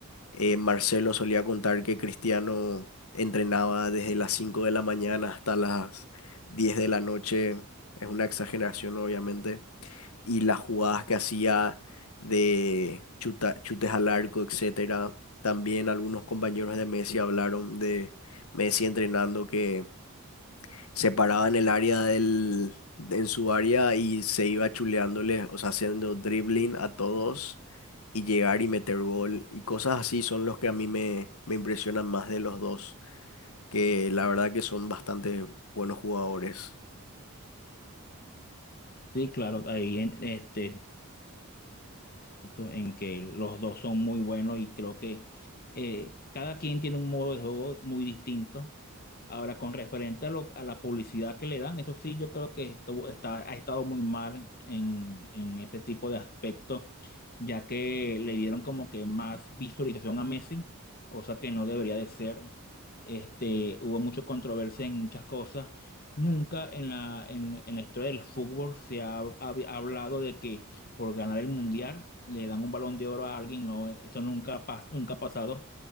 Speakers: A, on the left; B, on the left.
A: Eh, Marcelo solía contar que Cristiano entrenaba desde las 5 de la mañana hasta las 10 de la noche. Es una exageración, obviamente. Y las jugadas que hacía de chuta- chutes al arco, etcétera. También algunos compañeros de Messi hablaron de Messi entrenando que separaban el área del, en su área y se iba chuleándole, o sea, haciendo dribbling a todos y llegar y meter gol y cosas así son los que a mí me, me impresionan más de los dos, que la verdad que son bastante buenos jugadores.
B: Sí, claro, ahí en, este, esto en que los dos son muy buenos y creo que eh, cada quien tiene un modo de juego muy distinto. Ahora, con referente a, lo- a la publicidad que le dan, eso sí, yo creo que esto está, ha estado muy mal en, en ese tipo de aspecto, ya que le dieron como que más visualización a Messi, cosa que no debería de ser. Este, hubo mucha controversia en muchas cosas. Nunca en la, en, en la historia del fútbol se ha ha hablado de que por ganar el mundial, le dan un balón de oro a alguien, no, eso nunca, pas- nunca ha pasado.